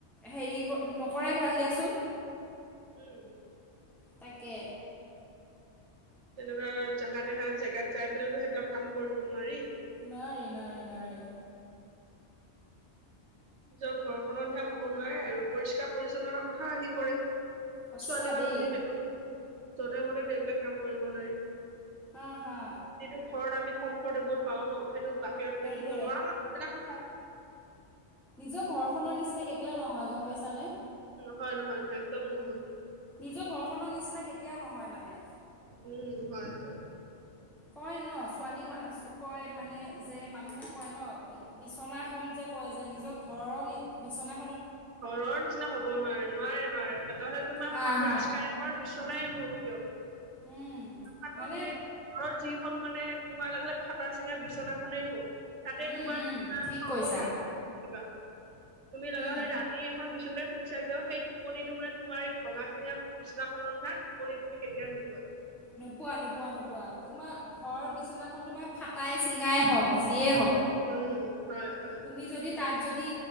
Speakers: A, in the centre; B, on the right.
A: হেৰি নকৰাই ভাল দিয়াচোন।
B: উম
A: তাকে
B: তেনেকুৱা জাহা তহা জেগাত যাই পেলতো সেইবিলাক কাম কৰিব নোৱাৰি।
A: নোৱাৰি নোৱাৰি নোৱাৰি।
B: নিজৰ ঘৰখনৰ নিচিনা হ'ব নোৱাৰে আৰু পৰিষ্কাৰ পৰিচ্ছন্নতাৰ কথাও আহি পৰে।
A: সঁচা
B: ছোৱালী মানুহ
A: দেই
B: যিহেতু যধে মধেটো এইবিলাক কাম কৰিব নোৱাৰি।
A: আহ হা
B: যিটো ঘৰত আমি কমফৰ্টেবল পাও ন? সেইটো বাহিৰত
A: সেইটোৱে
B: তেনেকৈ ল'ৰা মানুহ বেলেগ কথা।
A: নিজৰ ঘৰখনৰ নিচিনা কেতিয়াও নহয় গম পাইছানে?
B: হয় নহয় নহয় একদম নহয়।
A: নিজৰ ঘৰখনৰ নিচিনা কেতিয়াও নহয় মানে।
B: উম হয় হয়।
A: কয় ন ছোৱালী ম কয় মানে যে মানুহে কয় ন বিচনাখন যে কয় যে নিজৰ ঘৰৰ বিচনা
B: ঘৰৰ নিচিনা হ'ব নোৱাৰে নোৱাৰে নোৱাৰে লগা হলে তোমাৰ সেখন
A: হা হা।
B: ৰাজকাৰেঙৰ বিচনাই নহওক কিয়,
A: উম
B: তাকো
A: মানে
B: তুমি ঘৰত যিখন মানে তোমাৰ লাগে ফটা চিঙা বিচনাখনেই হওক তাতে
A: উম
B: তোমাৰ
A: উম
B: <unintelligible>
A: ঠিক কৈছা
B: তুমি লগা
A: উম
B: হ'লে ৰা তুমি এখন বিচনা শুইছা কিয় সেই টোপনিটো মানে তোমাৰ এই ভঙা চিঙা বিচনাখনৰ নিচিনা টোপনি তুমি কেতিয়াও কেতিয়াও নোপোৱা
A: নোপোৱা নোপোৱা নোপোৱা তোমাৰ ঘৰ বিচনাখন তোমাৰ ফাটাই চিঙাই হওঁক যিয়ে হওঁক
B: উম হয় হয়
A: তুমি যদি তাত যদি